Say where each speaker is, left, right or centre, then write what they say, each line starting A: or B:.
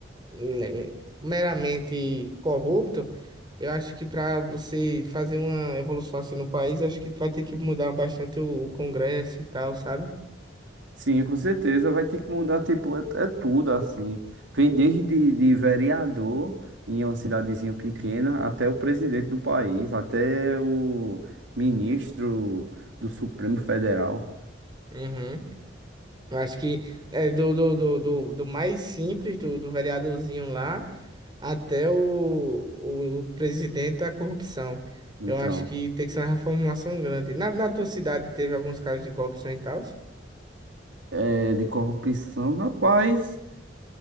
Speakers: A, on the right; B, on the right.
A: le- meramente corrupto, eu acho que para você fazer uma evolução assim no país, acho que vai ter que mudar bastante o, o Congresso e tal, sabe?
B: Sim, com certeza vai ter que mudar, tipo, é, é tudo assim. Vem desde de, de vereador em uma cidadezinha pequena até o presidente do país, até o ministro do Supremo Federal.
A: Uhum. Eu acho que é do, do, do, do, do mais simples, do, do vereadorzinho lá, até o, o, o presidente da corrupção.
B: Então,
A: Eu acho que tem que ser uma reformulação grande. Na, na tua cidade teve alguns casos de corrupção e tal?
B: é, de corrupção, rapaz.